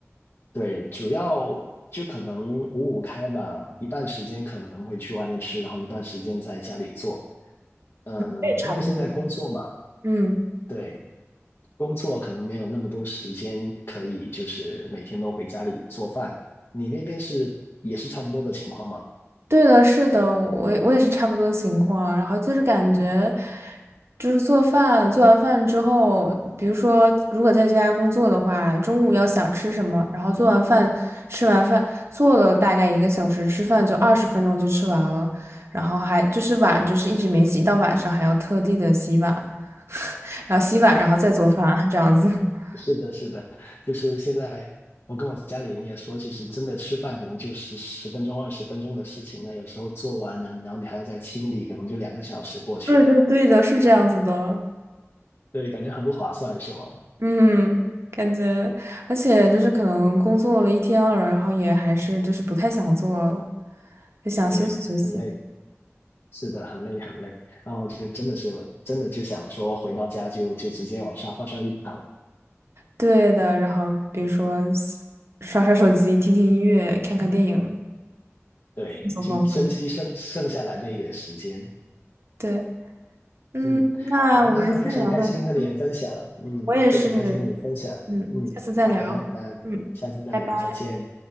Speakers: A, on the left (about 55°); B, on the right (about 60°).
A: 对，主要就可能五五开嘛，一半时间可能会去外面吃，然后一半时间在家里做。嗯，
B: 这也差不多。
A: 因为现在工作嘛，
B: 嗯。
A: 对，工作可能没有那么多时间可以，就是每天都回家里做饭。你那边是也是差不多的情况吗？
B: 对的，是的，我我我也是差不多情况。然后就是感觉，就是做饭，做完饭之后，比如说如果在家工作的话，中午要想吃什么，然后做完饭，吃完饭做了大概一个小时，吃饭就二十分钟就吃完了，然后还就是碗就是一直没洗，到晚上还要特地的洗碗，<laughs> 然后洗碗，然后再做饭，这样子。<laughs>
A: 是的，是的，就是现在我跟我家里人也说，其实真的吃饭可能就十十分钟、二十分钟的事情，那有时候做完呢，然后你还要再清理，可能就两个小时过去了。
B: 对对对的，是这样子的。
A: 对，感觉很不划算，是吗？
B: 嗯，感觉，而且就是可能工作了一天了，然后也还是就是不太想做了，就想休息休息。
A: 对，很累，是的，很累很累。然后就真的是真的就想说回到家就就直接往沙发上一躺，
B: 对的，然后比如说刷刷手机、听听音乐、看看电影，
A: 对，
B: 放松放松。
A: 就珍惜剩剩下来那一点时间。
B: 对，嗯，
A: 嗯，
B: 那我们先聊到，
A: 好，那非常开心和你分享，
B: 嗯，
A: 嗯，
B: 我也是，
A: 非常开心和你分享，
B: 嗯，
A: 嗯，
B: 下次再聊，
A: 好的，那下次再聊，
B: 嗯，拜拜。
A: 再见。